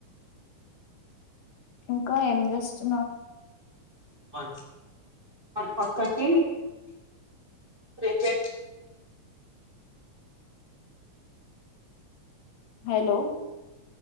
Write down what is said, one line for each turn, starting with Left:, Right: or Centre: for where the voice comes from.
Left: ఇంకా ఏం చేస్తు
Right: మ పక్కకి క్రికెట్
Left: హలో